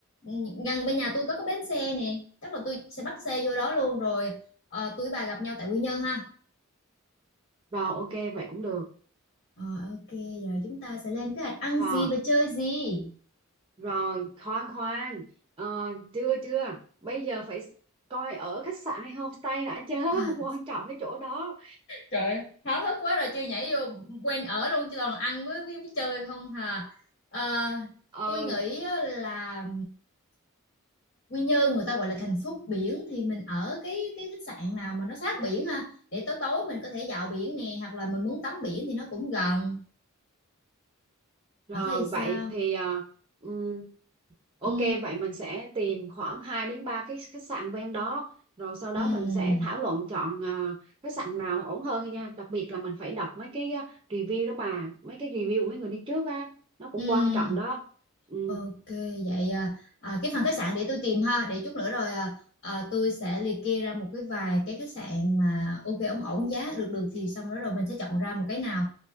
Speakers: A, on the left; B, on the right.
A: ừ, gần bên nhà tôi có cái bến xe nè, chắc là tôi sẽ bắt xe vô đó luôn rồi, ờ, tui với bà gặp nhau tại Quy Nhơn ha.
B: rồi ok vậy cũng được
A: Ờ, ô giờ chúng ta sẽ lên kế hoạch ăn
B: rồi
A: gì và chơi gì?
B: Rồi, khoan khoan. Ờ, chưa chưa. Bây giờ phải coi ở khách sạn hay homestay đã chứ. <laughs>
A: À.
B: Quan trọng cái chỗ đó.
A: Trời ơi, háo hức quá rồi chưa nhảy vô quen ở luôn chứ toàn là ăn với, với, với chơi không hà. Ờ,
B: Ừ,
A: tôi nghĩ á là Quy Nhơn người ta gọi là thành phố biển thì mình ở cái cái khách sạn nào mà nó sát biển ha để tối tối mình có thể dạo biển nè hoặc là mình muốn tắm biển thì nó cũng gần.
B: rồi
A: Bà thấy
B: vậy
A: sao?
B: thì à, ừm, ok
A: Ừ,
B: vậy mình sẽ tìm khoảng 2 đến 3 cái khách sạn ven đó. Rồi sau đó
A: ừ,
B: mình sẽ thảo luận chọn à, khách sạn nào ổn hơn nha. Đặc biệt là mình phải đọc mấy cái à, review đó bà, mấy cái review của mấy người đi trước á, nó
A: ừ.
B: cũng quan trọng đó. Ừ.
A: OK, vậy à, à, cái phần khách sạn để tôi tìm ha, để chút nữa rồi à, à, tôi sẽ liệt kê ra một cái vài cái khách sạn mà ok ổn ổn giá được được thì xong rồi rồi mình sẽ chọn ra một cái nào.